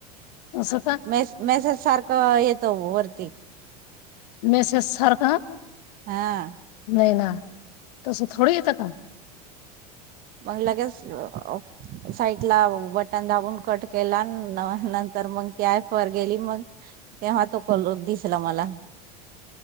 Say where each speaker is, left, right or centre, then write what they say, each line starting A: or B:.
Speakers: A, on the left (about 75°); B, on the right (about 45°).
A: स का
B: मेस मेसेज सारखं येतो वरती
A: मेसेज सर का
B: हा
A: नाही ना तसं थोड येतं काम
B: मग लगेच साईड ला बटन दाबून कट केला नंतर मग ती आय फर गेली मग तेव्हा तो दिसला मला